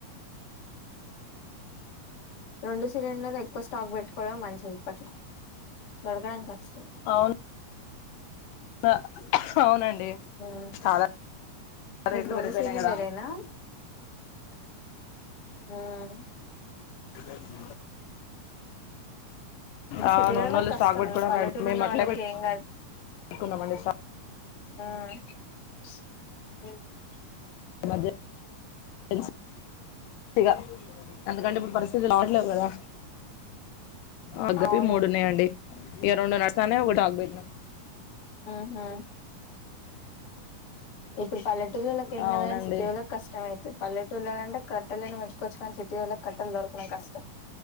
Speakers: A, on the left (about 40°); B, on the left (about 80°).
A: రెండు సిలిండర్ ఎక్కువ స్టాక్ పెట్టుకోవడమే మంచిది ఇపట్ల దొరకడం కష్టం
B: అవు న అవునండి
A: ఉమ్
B: చాలా
A: మీకు
B: రేట్లు
A: రెండు
B: పెరిగిపోయినాయి
A: సీలిండరేనా
B: కదా
A: హ్మ్
B: జ
A: ఇప్పుడు
B: ఆ
A: సిటీలలోకి
B: నొన్నోళ్ళు
A: కష్టం
B: స్టాక్ పెట్టుకోవడానికి
A: పల్లెటూరు
B: రెడీ మేము
A: ఉన్న
B: అట్లే
A: వాళ్ళకి
B: పె
A: ఏం కాదు
B: ట్టుకున్నామండి స
A: ఉహ్మ్
B: ఈమధ్య హెన్స్ ఇగ అంతకంటే ఇప్పుడు పరిస్థితులు అవట్లేదు కదా ఆగపి
A: అవును
B: మూడున్నాయండి ఇగ రెండు నడస్తాన్నయ్ ఒకటి ఆగబేట్నం
A: హ్మ్ ఊహ్మ్ ఇప్పుడు పల్లేటూర్లలోకి ఏం
B: అవునండి
A: కాదు కానీ సిటీ ఒళ్ళకి కష్టం అయితది పలేటూర్లో అంటే కట్టేలు అయినా పెట్టుకొచ్చు కాని సి టీ ఓళ్లకి కట్టెలు దొరకడం కష్టం